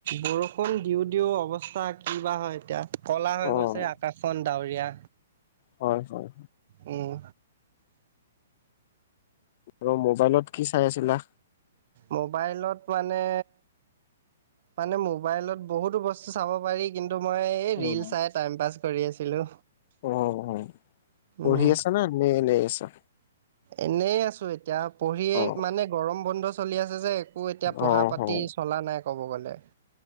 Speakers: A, on the right; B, on the left.
A: বৰষুণ দিওঁ দিওঁ অৱস্থা কি বা হয় এতিয়া ক'লা হৈ
B: অ',
A: গৈছে আকাশখন ডৰীয়া।
B: হয়, হয়।
A: উম।
B: আৰু মোবাইলত কি চাই আছিলা?
A: মোবাইলত মানে, মানে মোবাইলত বহুতো বস্তু চাব পাৰি। কিন্তু মই এই
B: অ',
A: ৰিল চাই টাইম পাছ কৰি আছিলো।
B: অ', অ' পঢ়ি
A: উম
B: আছা না নে নে এনেই আছা?
A: এনেই আছোঁ এতিয়া, পঢ়িয়েই
B: অ',
A: মানে গৰম বন্ধ চলি আছে যে। একো এতিয়া পঢ়া
B: অ',
A: পাতি
B: অ'।
A: চলা নাই ক'ব গ'লে।